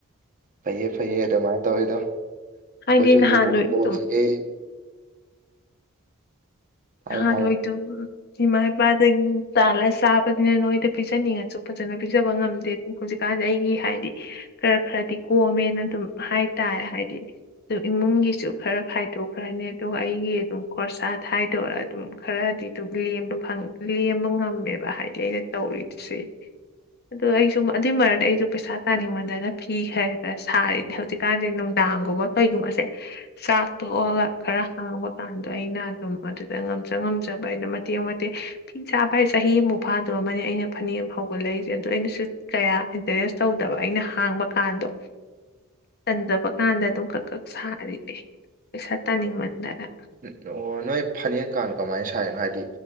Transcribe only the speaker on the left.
ꯍꯥꯏꯗꯤ ꯅꯍꯥꯟ
ꯂꯣꯏ
ꯑꯗꯨꯝ
ꯍ
ꯂꯣꯏꯣꯏꯗꯨ ꯏꯃꯥ ꯏꯄꯥꯗ ꯆꯥꯂ ꯆꯥꯕꯅꯤꯅ ꯅꯣꯏꯗ ꯄꯤꯖꯅꯤꯡꯉꯁꯨ ꯐꯖꯅ ꯄꯤꯖꯕ ꯉꯝꯗꯦ ꯑꯗꯨ ꯍꯧꯛ ꯍꯧꯖꯤꯛꯀꯥꯟꯗꯤ ꯑꯩꯒꯤ ꯍꯥꯏꯗꯤ ꯈꯔ ꯈꯔꯗꯤ ꯀꯣꯝꯃꯦꯅ ꯑꯗꯨꯝ ꯍꯥꯏꯇꯥꯔꯦ ꯍꯥꯏꯗꯤ ꯑꯗꯨ ꯏꯃꯨꯡꯒꯤꯁꯨ ꯈꯔ ꯈꯥꯏꯗꯣꯛꯈ꯭ꯔꯅꯤ ꯑꯗꯨꯒ ꯑꯩꯒꯤ ꯑꯗꯨꯝ ꯀꯣꯔꯣꯔꯁꯥ ꯍꯥꯏ ꯑꯗꯨꯗꯔ ꯑꯗꯨꯝ ꯈꯔꯗꯤ ꯑꯗꯨꯝ ꯂꯦꯝꯕ ꯉꯝꯃꯦꯕ ꯍꯥꯏꯗꯤ ꯑꯩꯅ ꯇꯧꯔꯤꯗꯨꯁꯦ ꯑꯗꯣ ꯑꯩꯁꯨ ꯑꯗꯨꯏ ꯃꯔꯛꯇ ꯑꯩꯁꯨ ꯄꯩꯁꯥ ꯇꯥꯅꯤꯡꯉꯗꯅ ꯐꯤ ꯈꯔ ꯈꯔ ꯁꯥꯔꯤꯅꯤ ꯍꯧꯖꯤꯛꯀꯥꯟꯁꯦ ꯗꯥꯡꯒꯨꯝꯕ ꯀꯩꯒꯨꯝꯕꯁꯦ ꯆꯥꯛ ꯇꯣꯛꯑꯒ ꯈꯔ ꯍꯥꯡꯕ ꯀꯥꯟꯗꯣ ꯑꯩꯅ ꯑꯗꯨꯝ ꯑꯗꯨ ꯉꯝꯖ ꯉꯝꯖꯕ ꯑꯩꯅ ꯃꯇꯦꯛ ꯃꯇꯦꯛ ꯐꯤ ꯆꯥꯕ ꯍꯥꯏ ꯆꯍꯤ ꯑꯃꯨꯛ ꯐꯥꯗ꯭ꯔꯝꯅꯤ ꯑꯩꯅ ꯐꯅꯦꯛ ꯐꯥꯎꯒꯠꯂ ꯂꯩꯁꯦ ꯑꯗꯨ ꯑꯩꯅꯁꯨ ꯀꯌꯥ ꯏꯟꯀꯔꯦꯖ ꯇꯧꯗꯕ ꯑꯩꯅ ꯍꯥꯡꯕ ꯀꯥꯟꯗꯣ ꯆꯟꯖꯕ ꯀꯥꯟꯗ ꯑꯗꯨꯝ ꯈꯛ ꯈꯛ ꯁꯥꯔꯤꯅꯦ ꯄꯩꯁꯥ ꯇꯥꯅꯤꯡꯃꯟꯗꯅ